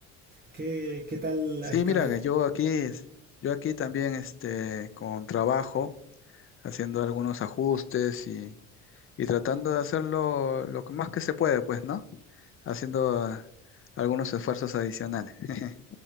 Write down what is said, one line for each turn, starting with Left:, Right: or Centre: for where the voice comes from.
Right: ¿Qué, qué tal
Left: Sí,
Right: ha estado?
Left: mira, que yo aquí, es- yo aquí también, este, con trabajo, haciendo algunos ajustes y, y tratando de hacerlo lo que más que se puede, pues, ¿no? Haciendo ah, algunos esfuerzos adicionales. <laughs>